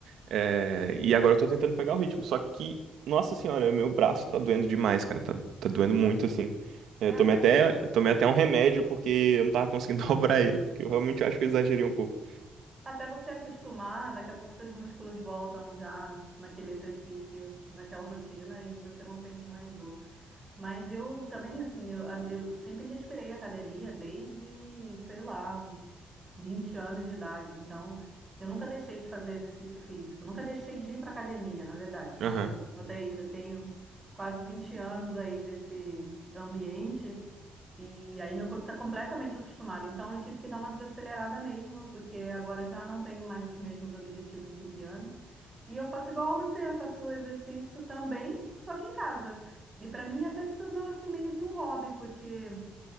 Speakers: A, on the right; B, on the right.
A: é, e agora eu tô tentando pegar o ritmo, só que, nossa senhora, meu braço tá doendo demais, cara, tá, tá doendo muito assim.
B: É,
A: Eu
B: até
A: tomei até,
B: você acostumar.
A: eu tomei até um remédio porque eu não tava conseguindo <laughs> dobrar ele, que eu realmente acho que eu exagerei um pouco.
B: Até você acostumar, daqui a pouco seus músculos voltam já naquele exercício, naquela rotina e você não sente mais dor. Mas eu também, assim, eu, eu sempre respirei academia desde, sei lá, os 20 anos de idade. Então, eu nunca deixei de fazer exercício físico, nunca deixei de ir para academia, na verdade. Então,
A: Aham,
B: botei, já tenho quase 20 anos aí desse ambiente. E aí meu corpo está completamente acostumado. Então eu tive que dar uma desacelerada mesmo, porque agora já não tenho mais os mesmos objetivos do que antes. E eu faço igual a você, eu faço exercício também, só que em casa. E para mim até se tornou assim meio que um hobby, porque